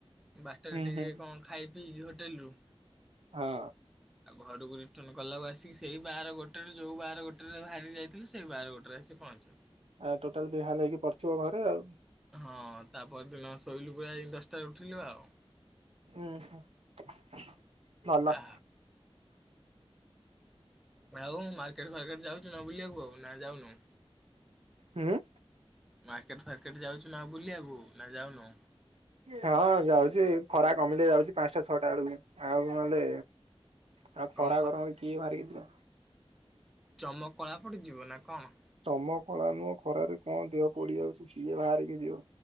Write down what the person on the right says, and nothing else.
ହୁଁ
ହୁଁ
ହଁ।
ଆ ଟୋଟାଲ ବି ହଲ ହେଇକି ପଥିବ ଘରେ ଆଉ।
ହୁଁ ହ ଭଲ।
ହୁଁ।
ହଁ ଯାଉଛି ଖରା କମିଲେ ଯାଉଛି ପାଞ୍ଚଟା ଛଅଟା ବେଳକୁ ଆଉ ନହେଲେ ଆଉ
ଖରା ଗରମରେ କିଏ ବାହାରିକି ଯିବ?
ଚମ ଖଳା ନୁହଁ ଖରାରେ କଣ ଦେହ ପଡିଯାଉଛି ସିଏ ବାହାରିକି ଦିଅ